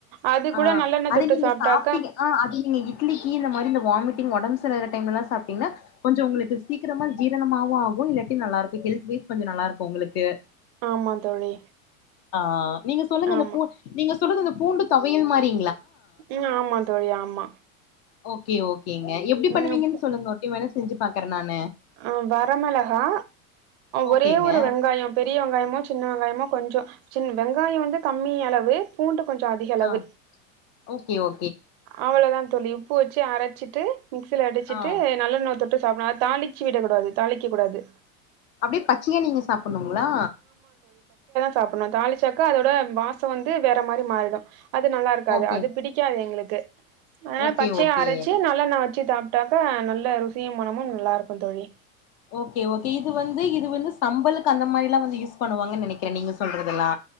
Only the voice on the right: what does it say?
அது
கூட நல்லெண்ண
தொட்டு
சாப்ட்டாக்கா
ஆமா தோழி
ஆமா
ம் ஆமா தோழி ஆமா
ம்
ஆ வரமெளகா
ஒரே ஒரு வெங்காயோ பெரிய வெங்காயமோ சின்ன வெங்காய மோ கொஞ்சோ சின் வெங்காயோ வந்து கம்மி அளவு பூண்டு கொஞ்சு அதிகளவு
அவளதா தோழி உப்பு வெச்சு அரச்சிட்டு மிக்சில அடிச்சிட்டு
நல்லெண்ணோ தொ ட்டு சாப்புனு அத் தாளிச்சு விடக் கூடாது தாளிக்க கூடாது
சாப்புனு தாளிச்சாக்க அதோட வாச வந்து வேற மாரி மாறிடு அது நல்லா இருக்காது
அது பிடிக்காது எங்களுக் அதனால
பச்சையை
அரச்சு நல்லாண்ணெ வெச்சு சாப்ட்டாக்கா நல்லா ருசியு மணமு நல்லாருக்கு தோழி